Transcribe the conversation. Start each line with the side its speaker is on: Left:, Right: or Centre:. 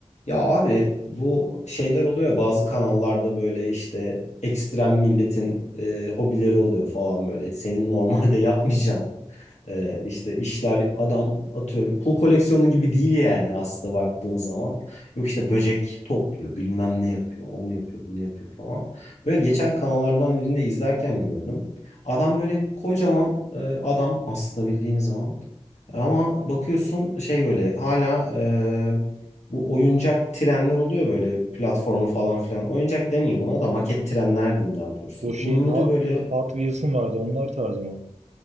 Left: Ya abi bu şeyler oluyor bazı kanallarda böyle işte ekstrem milletin e, hobileri oluyor falan böyle. Senin normalde <laughs> yapmayacağın ee, işte işler adam atıyorum pul koleksiyonu gibi değil yani aslında baktığın zaman. Yok işte böcek topluyor bilmem ne yapıyor onu yapıyor bunu yapıyor falan. Böyle geçen kanallardan birinde izlerken gördüm. Adam böyle kocaman e, adam aslında bildiğin zaman. Ama bakıyorsun şey böyle hala e, bu oyuncak trenler oluyor böyle platformu falan filan. Oyuncak demeyeyim ona da maket trenler diyeyim daha doğrusu.
Right: Bu şeyin
Left: Bunları
Right: Ha-
Left: böyle
Right: Hot Wheels'ın vardı. Onlar tarzı mı?